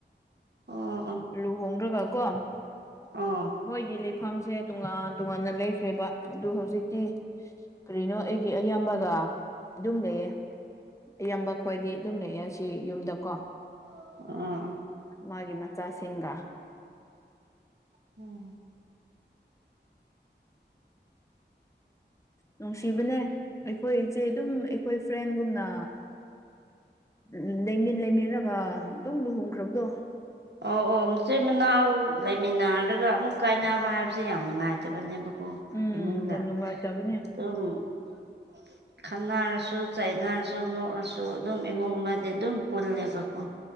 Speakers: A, on the right; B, on the left.
A: ꯑꯣ ꯑꯣ
B: ꯂꯨꯍꯣꯡꯗ꯭ꯔꯒ ꯀꯣ
A: ꯑꯣ
B: ꯃꯣꯏꯒꯤ ꯂꯩꯐꯝꯁꯦ ꯇꯣꯉꯥꯟ ꯇꯣꯉꯥꯟꯅ ꯂꯩꯈ꯭ꯔꯦꯕ ꯑꯗꯨ ꯍꯧꯖꯤꯛꯇꯤ ꯀꯔꯤꯅꯣ ꯑꯩꯒꯤ ꯑꯌꯥꯝꯕꯒ ꯑꯗꯨꯝ ꯂꯩꯌꯦ ꯑꯌꯥꯝꯕ ꯈꯣꯏꯗꯤ ꯑꯗꯨꯝ ꯂꯩꯌꯦ ꯁꯤ ꯌꯨꯝꯗꯀꯣ
A: <unintelligible>
B: ꯃꯥꯒꯤ ꯃꯆꯥꯁꯤꯡꯒ
A: <unintelligible>
B: ꯅꯨꯡꯁꯤꯕꯅꯦ ꯑꯩꯈꯣꯏ ꯏꯆꯦ ꯑꯗꯨꯝ ꯑꯩꯈꯣꯏ ꯐ꯭ꯔꯦꯟꯒꯨꯝꯅ ꯎꯝ ꯂꯩꯃꯤꯟ ꯂꯩꯃꯤꯟꯅꯒ ꯑꯗꯨꯝ ꯂꯨꯍꯣꯡꯈ꯭ꯔꯕꯗꯣ
A: <unintelligible> ꯑꯣ ꯑꯣ ꯃꯆꯤꯟ ꯃꯅꯥꯎ ꯂꯩꯃꯤꯟꯅꯔꯒ ꯑꯃꯨꯛ ꯀꯥꯏꯅꯕ ꯍꯥꯏꯕꯁꯦ ꯌꯥꯝ ꯅꯨꯡꯉꯥꯏꯇꯕꯅꯦꯕꯀꯣ
B: ꯎꯝ
A: ꯏꯃꯨꯡꯗ
B: ꯌꯥꯝ ꯅꯨꯡꯉꯥꯏꯇꯕꯅꯦ
A: <unintelligible> ꯈꯟꯅꯔꯁꯨ ꯆꯩꯥꯏꯅꯥꯔꯁꯨ ꯅꯣꯛꯑꯁꯨ ꯑꯗꯨꯝ ꯏꯃꯨꯡ ꯑꯃꯗꯤ ꯑꯗꯨꯝ ꯄꯨꯜꯂꯦꯕꯀꯣ